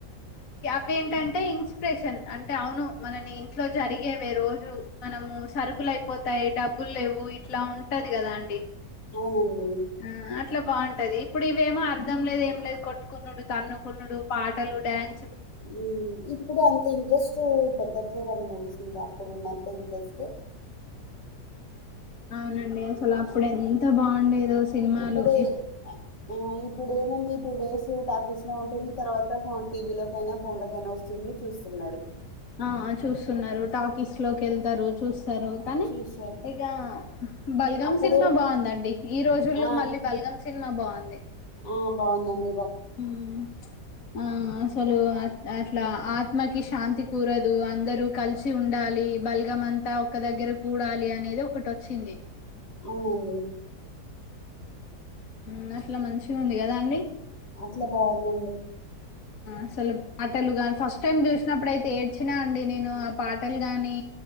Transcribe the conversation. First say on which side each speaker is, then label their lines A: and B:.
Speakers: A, on the left; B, on the left.
A: ఇవేంటంటే ఇన్స్పిరేషన్ అంటే అవును మనని ఇంట్లో జరిగేవే రోజు మనము సరుకుల్ అయిపోతాయి డబ్బులు లేవు ఇట్లా ఉంటది కదా అండి
B: అవునండి
A: ఆ అట్లా బాంటది ఇప్పుడు ఇవేమో అర్థం లేదు ఏం లేదు కొట్టుకునుడు తన్నుకునుడు పాటలు డ్యాన్
B: ఊ ఇప్పుడు అంత ఇంట్రెస్టు పెట్టట్లేరండి మూవీస్ మీద అప్పుడు ఉన్నం ఇంట్రెస్టు
A: అవునండి అసలప్పుడు ఎంత బాండే దో సినిమాలు
B: ఇప్పుడు ఏ-
A: ఇప్
B: ఆ ఇప్పుడేముంది టూ డేస్ ప్రాటీస్ లో ఉంటది తర్వాత ఫోన్ టీవీ లోకైనా ఫోన్లకైనా వస్తు స్తుంది చూస్తున్నారు
A: ఆ చూస్తున్నారు టాకీస్ లోకెళ్తారు చూస్తారు
B: ఆ,
A: కానీ
B: చూస్తారు
A: ఇగ బల్గమ్
B: అప్పుడు
A: సినిమా బాందండి ఈ రోజుల్లో
B: ఆ
A: మళ్ళీ బల్గమ్ సినిమా బాగుంది
B: ఆ బాందండి
A: హ్మ్ ఆ అసలు అ అట్లా ఆత్మ కి శాంతి కూరదు అందరూ కలిసి ఉండాలి బల్గం అంతా ఒక్క దగ్గర కూడాలి అనేది ఒకటోచ్చింది
B: అవునండి.
A: మ్ అట్ల మంచిగుంది కదాండి.
B: అట్ల బాగుందండి.
A: అసలు పాటలు గాని ఫస్ట్ టైం చూసినప్పుడయితే ఏడ్చినా అండి నేను ఆ పాటలు గాని